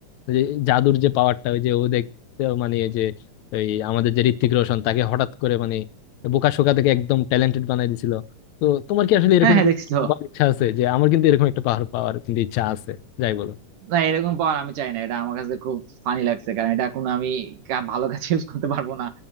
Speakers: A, on the left; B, on the right.
A: ওই যে জাদুর যে পাওয়ারটা ওই যে ও দেখতে মানে এই যে ওই আমাদের যে ঋত্বিক রোশন তাকে হঠাৎ করে মানে বোকা শোকা থেকে একদম ট্যালেন্টেড বানাই দিছিল তো তোমার কি আসলে এরকম
B: হ্যাঁ হ্যাঁ
A: কোনো
B: দেখছি
A: power
B: তো।
A: পাওয়ার ইচ্ছা আছে যে আমার কিন্তু এরকম একটা পাওয়ার পাওয়ার কিন্তু ইচ্ছা আছে যাই বলো
B: না এরকম পাওয়ার আমি চাই না এটা আমার কাছে খুব ফানি লাগছে কারণ এটা এখন আমি কা- ভালো কাজে ইউজ করতে পারবো না